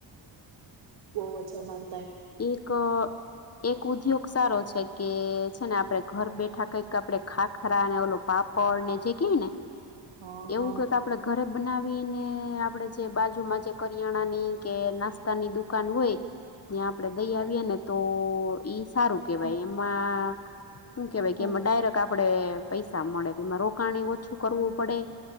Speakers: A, on the right (about 60°); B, on the left (about 30°).
A: બોવ જમાર.
B: એક. એક ઉદ્યોગ સારો છે કે છેને આપડે ઘર બેઠા કઈક આપડે ખાખરા ને ઓલો પાપડ ને જે કેઈ ને
A: હા
B: એવું
A: હા
B: કંઈક
A: હા
B: આપડે ઘરે બનાવીને આપડે જે બાજુમાં જે કરિયાણાની કે નાસ્તાની દુકાન હોય ત્યાં આપડે દઈ આવીએ ને તો ઈ સારું કેવાય
A: હા
B: એમાં હું કેવાય કે
A: હા
B: એમાં ડાયરેક્ટ આપડે પૈસા મળે એમાં રોકાણે ઓછું કરવું પડે.